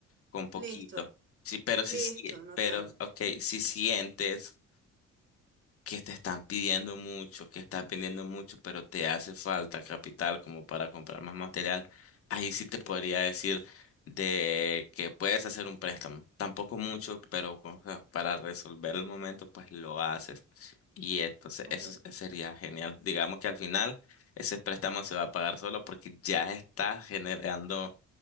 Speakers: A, on the left (about 50°); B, on the right (about 40°).
A: con poquito.
B: listo.
A: Sí, pero si,
B: Listo,
A: sí-
B: anotado.
A: pero, ok, si sientes que te están pidiendo mucho, que estás vendiendo mucho, pero te hace falta capital como para comprar más material, ahí sí te podría decir de que puedes hacer un préstamo. Tampoco mucho, pero o sea, para resolver el momento, pues lo haces. Y entonces
B: Ok,
A: eso s- eh, sería genial. Digamos que al final ese préstamo se va a pagar solo porque ya está generando